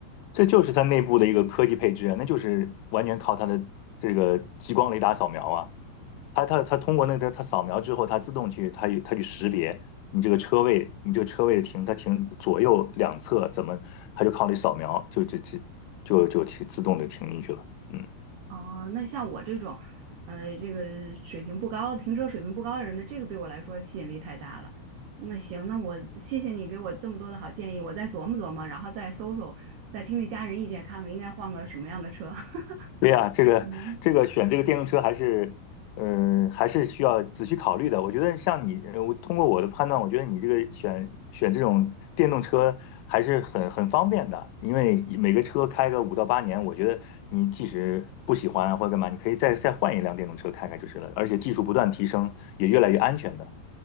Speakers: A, on the left; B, on the right.
A: 这就是它内部的一个科技配置啊，那就是完全靠它的这个激光雷达扫描啊，它它它通过那个它扫描之后，它自动去它它去识别你这个车位，你这个车位停它停左右两侧怎么，它就靠你扫描就就就就就停自动就停进去了。嗯。
B: 哦，那像我这种，呃，这个水平不高、停车水平不高的人呢，这个对我来说吸引力太大了。那行，那我谢谢你给我这么多的好建议，我再琢磨琢磨，然后再搜搜，再听听家人意见，看看应该换个什么样的车。<laughs>
A: 对呀，这个这个选这个电动车还是，
B: 嗯。
A: 嗯、还是需要仔细考虑的。我觉得像你，呃我通过我的判断，我觉得你这个选选这种电动车还是很很方便的，因为每个车开个五到八年，我觉得你即使不喜欢或者干嘛，你可以再再换一辆电动车开开就是了。而且技术不断提升，也越来越安全的。